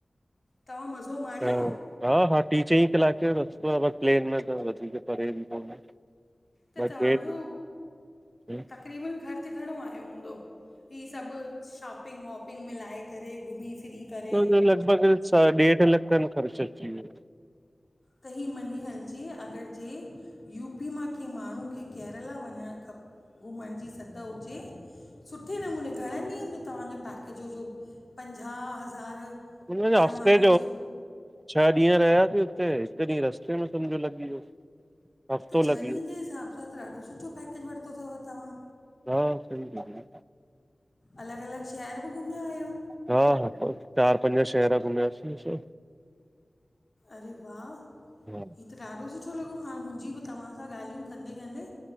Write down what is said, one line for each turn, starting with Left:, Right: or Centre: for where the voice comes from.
Left: तव्हां मज़ो माणियो
Right: हा। हा हा ट्री चईं कलाके जो रस्तो आ पर प्लेन में त वधीक परे बि कोन्हे।
Left: त
Right: बाक़ी
Left: तव्हांजो
Right: ट्रेन
Left: तक़रीबन ख़र्चु घणो आयो हूंदो? ही सभ शॉपिंग वॉपिंग मिलाए करे घुमी फिरी करे
Right: मुंजो लॻभॻि ॾेढ लख खन ख़र्च अची वयो।
Left: त ही मञी हलजे अगर जे यूपी मां कंहिं माण्हू खे केरला वञण खप घुमण जी सघ हुजे सुठे नमूने घणनि ॾींहंनि जो तव्हांजो पैकेज हो जो पंजाह ह हज़ार
Right: हुनजो
Left: हर
Right: हफ़्ते
Left: माण्हू जो
Right: छह ॾींहं रहियासीं उते हिक ॾींहुं रस्ते में समझो लॻी वियो। हफ़्तो
Left: त
Right: लॻी
Left: छह ॾींहंनि
Right: वियो
Left: जे हिसाब सां त ॾाढो सुठो पैकेज वरितो थव तव्हां।
Right: हा सही दीदी।
Left: अलॻ -अलॻ शहर बि घुमिया आहियो?
Right: हा हा, त चार पंज शहर घुमियासीं असां।
Left: अरे वाह।
Right: हा
Left: हीअ त ॾाढो सुठो लॻो हाणे मुंजी बि तव्हां सां ॻाल्हियूं कंदे- कंदे